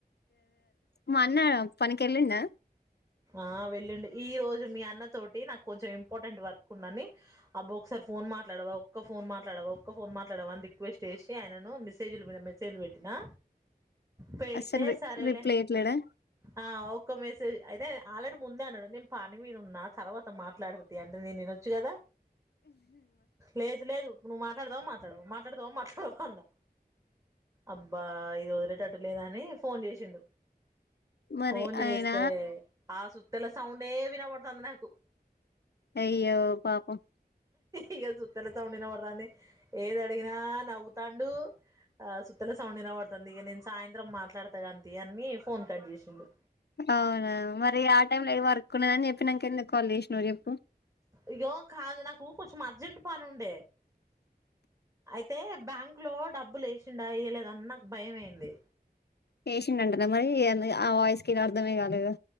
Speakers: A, on the left; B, on the right.
A: మా అన్న పనకి వెళ్ళిండా
B: ఆ వెళ్ళండు ఈ రోజు మీ అన్న తోటి నాకు కొంచెం ఇంపార్టెంట్ వర్క్ ఉన్నని అబ్బో ఒకసారి ఫోన్ మాట్లాడవా ఒక్క ఫోన్ మాట్లాడవా ఒక్క ఫోన్ మాట్లాడవా అని రిక్వెస్ట్ చేసి ఆయనను మెసేజ్ల మీద మెసేజ్ పెట్టినా పెడితే
A: అసలు రేప్
B: సరేలే
A: రిప్లేట్లడా
B: ఆ ఒక్క మెసేజ్ అయితే ఆల్రెడీ ముందే అన్నాడు నేను పని మీద ఉన్నా తర్వాత మాట్లాడది అంటే నేను వినొచ్చు కదా లేదు లేదు నువ్వు మాట్లాడతావ మాట్లాడ మాట్లాడుతావ మాట్లాడతా అన్నా అబ్బా ఇది వదిలేటట్టు లేదా అని ఫోన్ చేసిండు
A: మరి
B: ఫోన్ చేస్తే
A: ఆయన
B: ఆ సుతల సౌండ్ ఎవినా బడుతుందినకు
A: అయ్యో పాపం
B: ఇక సుత్తల సౌండ్న పడుతుంది, ఏది అడిగినా నవ్వుతాండు, ఆ సుత్తల సౌండ్నా పడుతుంది ఇక నేను సాయంత్రం మాట్లాడతా కాంతి అన్ని ఫోన్ కట్ చేసిండు
A: అవునా, మరి ఆ టైమ్ లో ఏది వర్క్ ఉన్నదని చెప్పి నాక ఎందుకు కాల్ చేసిన్ చెప్పు
B: ఇగొ కాదు నాకు కొంచెం అర్జెంట్ పని ఉండే అయితే బ్యాంకు లో డబ్బులు వేసిండా ఎయ్యలేద అని నాకు భయం అయింది.
A: పేషింటంట న మరి అ వయిస్ క అర్థమే కాలేదు